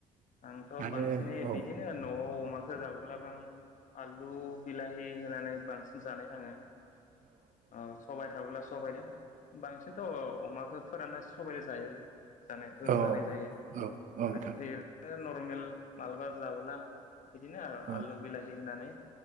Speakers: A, on the left (about 55°); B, on the right (about 55°).
A: आंथ'
B: आरो
A: बांसिनै
B: औ
A: बिदिनो न'आव अमाखौ जाबोलाबो आं आलु बिलाहि होनानै बांसिन जानाय थाङो औ सबाय थाबोब्ला सबनो बांसिनथ' अमाखौ फोरानना सबायजों जायो जानायाथ'
B: औ
A: जानाय जायो
B: औ औ नोंथां
A: बाखि थायो नर्मेल माब्लाबा जाबोला बिदिना आरो
B: औ
A: आलु
B: औ
A: बिलाहि होननानै